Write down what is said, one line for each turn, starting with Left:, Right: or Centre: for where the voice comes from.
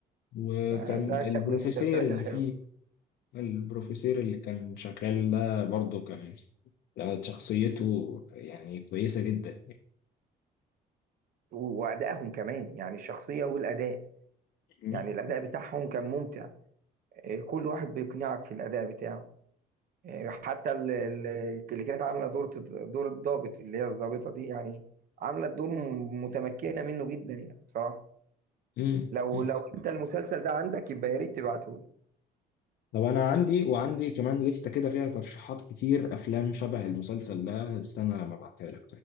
Left: وكان
Right: فده
Left: البروفيسير
Right: كان من المسلسلات
Left: اللي
Right: الحلوة
Left: فيه البروفيسير اللي كان شغال ده برضه كان آه، شخصيته يعني كويسه جدا
Right: وأدائهم كمان يعني الشخصية والأداء
Left: يعني.
Right: يعني الأداء بتاعهم كان ممتع إيه، كل واحد بيقنعك في الأداء بتاعه إيه، حتى ال- ال- اللي كانت عاملة دور دور الضابط اللي هي الضابطة دي يعني عاملة الدور م- متمكنة منه جدا يعني بصراحة
Left: مم.
Right: لو
Left: مم.
Right: لو أنت المسلسل ده عندك يبقى يا ريت تبعته
Left: طب انا عندي وعندي كمان لستة كده فيها ترشيحات كتير افلام شبه المسلسل ده استنى لما ابعتها لك